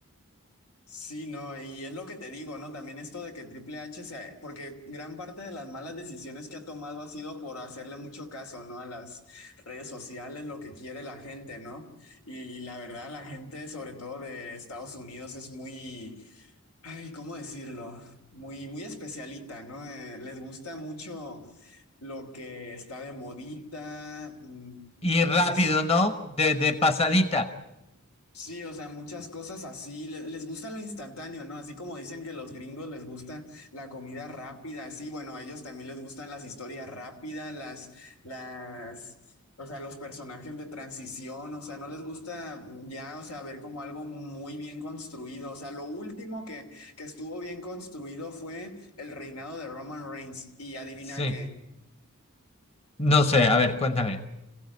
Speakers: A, on the left; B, on the left.
A: Sí, no, y es lo que te digo, ¿no? También esto de que Triple H se, porque gran parte de las malas decisiones que ha tomado ha sido por hacerle mucho caso, ¿no? A las redes sociales, lo que quiere la gente, ¿no? Y, la verdad, la gente, sobre todo de Estados Unidos, es muy, ay, ¿cómo decirlo? Muy, muy especialita, ¿no? Eh, les gusta mucho lo que está de modita, mm,
B: Y
A: puras
B: rápido, ¿no? De, de pasadita.
A: Sí, o sea, muchas cosas así, le- les, gusta lo instantáneo, ¿no? Así como dicen que los gringos les gusta la comida rápida, así, bueno, a ellos también les gustan las historias rápidas, las, las, o sea, los personajes de transición, o sea, no les gusta ya, o sea, ver como algo muy bien construido, o sea, lo último que, que estuvo bien construido fue el reinado de Roman Reigns, y adivina
B: Sí.
A: qué,
B: No sé, a ver, cuéntame.